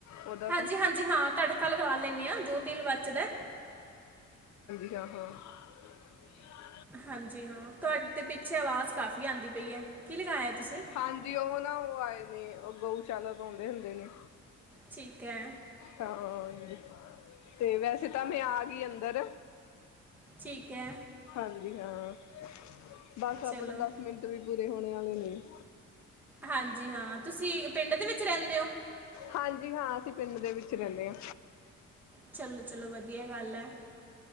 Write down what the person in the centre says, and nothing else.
ਹਾਂਜੀ-
ਹਾਂਜੀ ਹਾਂ ਤੜਕਾ ਲਗਾ ਲੈਂਣੇ ਆ, ਜੋ ਤੇਲ ਬਚਦਾ
ਹਾਂਜੀ ਜੀ ਹਾਂ ਤੁਹਾਡੇ ਤੇ ਪਿੱਛੇ ਆਵਾਜ਼। ਕਾਫੀ, ਆਂਦੀ ਪਈ ਹੈ। ਕੀ ਲਗਾਇਆ ਤੁਸੀਂ
ਠੀਕ ਐ
ਠੀਕ ਏ
ਚਲੋ
ਹਾਂਜੀ ਹਾਂ ਤੁਸੀਂ ਪਿੰਡ ਦੇ ਵਿੱਚ ਰਹਿੰਦੇ ਹੋ।
ਚਲੋ ਚਲੋ ਵਧੀਆ ਗੱਲ ਹੈ।